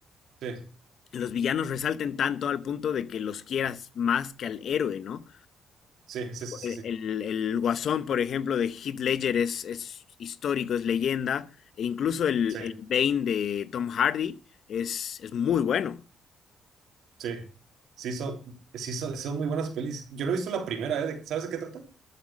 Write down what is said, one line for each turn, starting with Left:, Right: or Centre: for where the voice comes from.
Right: Sí,
Left: los villanos resalten tanto al punto de que los quieras más que al héroe, ¿no?
Right: sí, sí, sí, sí,
Left: El,
Right: sí.
Left: el- el guasón, por ejemplo, de Heath Ledger es, es histórico, es leyenda, e incluso el,
Right: Sí.
Left: el Bane de Tom Hardy es, es muy bueno.
Right: Sí, sí son, sí son, son muy buenas pelis. Yo no he visto la primera, ¿eh? De- ¿Sabes de qué trata?